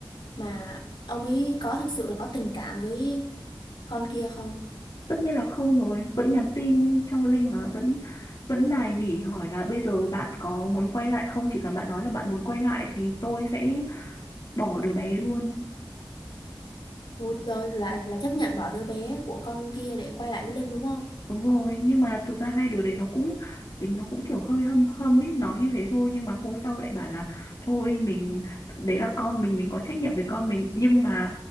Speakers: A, on the left; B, on the left.
A: mà ông ấy có thực sự là có tình cảm với con kia không
B: tất nhiên là không rồi vẫn nhắn tin cho Linh mà vẫn vẫn nài nỉ hỏi là bây giờ bạn có muốn quay lại không chỉ cần bạn nói là bạn muốn quay lại thì tôi sẽ bỏ đứa bé luôn
A: Ôi, rồi là là chấp nhận bỏ đứa bé của con kia để quay lại với Linh đúng không
B: đúng rồi nhưng mà thực ra hai đứa đấy nó cũng tính nó cũng kiểu hơi hâm hâm ấy nói như thế thôi nhưng mà hôm sau lại bảo là thôi mình đấy là con mình mình có trách nhiệm với con mình nhưng mà